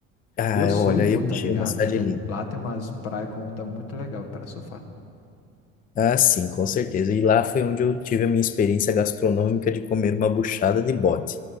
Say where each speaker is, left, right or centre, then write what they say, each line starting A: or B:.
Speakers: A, on the left; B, on the left.
A: Ah,
B: E eu surfo,
A: olha, eu
B: tá
A: achei
B: ligado?
A: uma cidade
B: Então
A: linda.
B: lá tem umas praias com onda muito legal para surfar.
A: Ah, sim, com certeza. E lá foi onde eu tive a minha experiência gastronômica de comer uma buchada de bode.